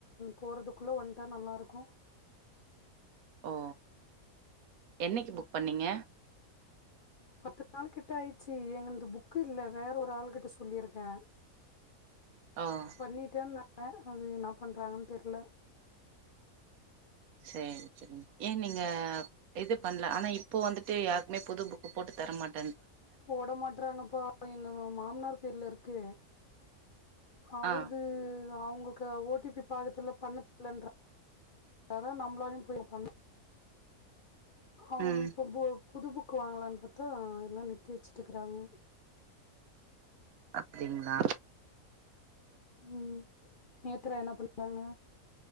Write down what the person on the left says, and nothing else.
போறதுக்குள்ள வந்துட்டா நல்லா இருக்கு
பத்து நாள் கிட்ட ஆயிச்சி எங்குந்து புக்கு இல்ல வேறு ஒரு ஆள் கிட்ட சொல்லியிருக்கே
பண்ணிட்டேன்னாங்க அது ன்னா பண்ணுறாங்கன்னு தெர்ல
போட மாட்டறாங்கப்பா எங்க மாமனார் பேர்ல இருக்கு அவுருது
அவுங்ககு ஓ டி பி பாக்கதுல்ல பண்ணத் ஷ்லன்ற நம்மளாலு போய் பண்ண அவுங்க
இப்ப பு புது புக்கு வாங்கலான்னு பார்த்தா யெல்லா நிருத்தி வெச்சுட்டுகிறாங்க
உம் நேத்ரா என்ன பண்றாங்க